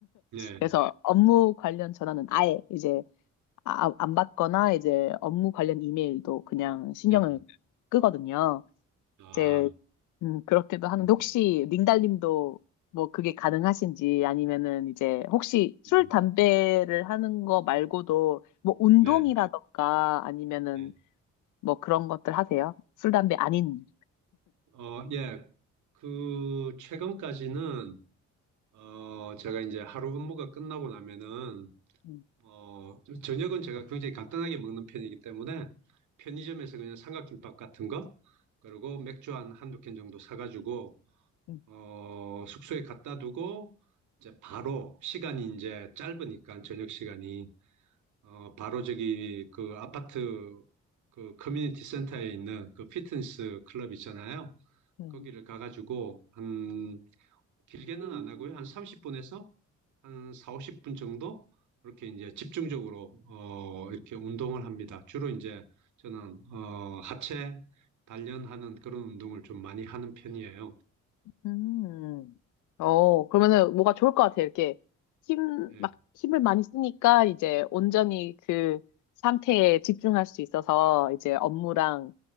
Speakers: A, on the right (about 75°); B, on the left (about 80°).
A: 네,
B: 그래서
A: 네.
B: 업무 관련 전화는 아예 이제 아, 아- 안 받거나 이제 업무 관련 이메일도 그냥 신경을
A: 네.
B: 끄거든요.
A: 아,
B: 이제 음, 그렇게도 하는데
A: 음,
B: 혹시 링달님도 뭐 그게 가능하신지 아니면은 이제 혹시 술,
A: 음,
B: 담배를 하는 거 말고도 뭐 운동이라던가
A: 네,
B: 아니면은
A: 예.
B: 뭐 그런 것들 하세요? 술, 담배 아닌.
A: 어, 예. 그, 최근까지는, 어, 제가 이제 하루 업무가 끝나고 나면은,
B: 음,
A: 어, 좀 저녁은 제가 굉장히 간단하게 먹는 편이기 때문에, 편의점에서 그냥 삼각김밥 같은 거, 그리고 맥주 한 한두 캔 정도 사가지고,
B: 음,
A: 어, 숙소에 갖다 두고, 이제 바로, 시간이 이제 짧으니까, 저녁 시간이. 어, 바로 저기 그 아파트 그 커뮤니티 센터에 있는 그 피트니스 클럽 있잖아요.
B: 음.
A: 거기를 가가지고 한 길게는 안 하고요. 한 30분에서 한 4, 50분 정도 이렇게 이제 집중적으로 어, 이렇게 운동을 합니다. 주로 이제 저는 어, 하체 단련하는 그런 운동을 좀 많이 하는 편이에요.
B: 음. 어, 그러면은 뭐가 좋을 것 같아. 이렇게 힘,
A: 예,
B: 막 힘을 많이 쓰니까 이제 온전히 그 상태에 집중할 수 있어서 이제 업무랑